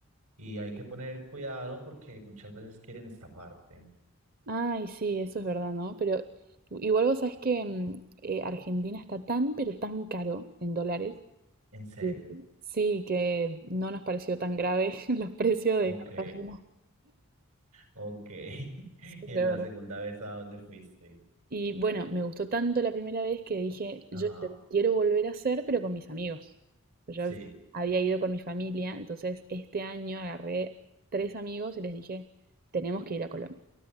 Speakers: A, on the right (about 85°); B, on the right (about 40°).
A: y hay que poner cuidado porque muchas veces quieren estafarte.
B: Ay, sí, eso es verdad, ¿no? Pero igual vos sabés que mm, eh, Argentina está tan, pero tan caro en dólares.
A: En serio.
B: que- Sí, que no nos pareció tan grave <laughs> los precios de
A: Ok,
B: Cartagena.
A: ok. <laughs>
B: Sí,
A: Y
B: de
A: es la
B: verdad.
A: segunda vez a donde fuiste.
B: Y bueno, me gustó tanto la primera vez que dije,
A: Ajá,
B: yo esto lo quiero volver a hacer, pero con mis amigos. Pues
A: sí.
B: Yo había ido con mi familia, entonces este año agarré tres amigos y les dije, tenemos que ir a Colombia.